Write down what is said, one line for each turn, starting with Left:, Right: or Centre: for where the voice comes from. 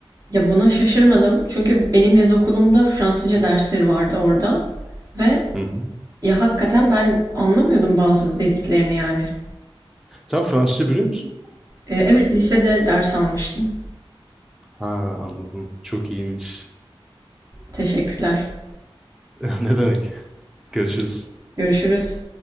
Right: Ya buna şaşırmadım çünkü benim yaz okulumda Fransızca dersleri vardı orada ve
Centre: Hı hı.
Right: Ya hakikaten ben anlamıyordum bazı dediklerini yani.
Centre: Sen Fransızca biliyor musun?
Right: E, evet lisede ders almıştım.
Centre: Ha anladım. Çok iyiymiş.
Right: Teşekkürler.
Centre: <laughs> Ne demek? Görüşürüz.
Right: Görüşürüz.